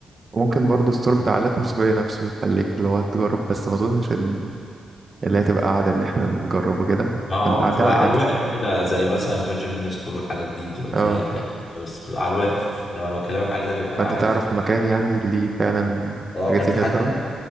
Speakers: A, on the right; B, on the left.
A: ممكن برضه الستور بتاع آلات موسيقية نفسه يخليك اللي هو تجرب بس ما أظنش إن اللي هتبقى قاعدة إن إحنا نجربه كده
B: اه
A: أنت
B: ما
A: قاعد
B: بتبقى على
A: يعني
B: الواقف كده زي مثلا فيرجن مينستور والحاجات دي بتبقى
A: اه
B: فيها الحاجات دي بس بتبقى على الواقف انما اللي بكلمك عليه ده بيبقى
A: فانت
B: عادي
A: تعرف
B: تخش
A: مكان
B: فيه.
A: يعني اللي فعلا
B: اه
A: حاجات
B: كان
A: زي
B: في
A: كده
B: حد
A: تجربها
B: قال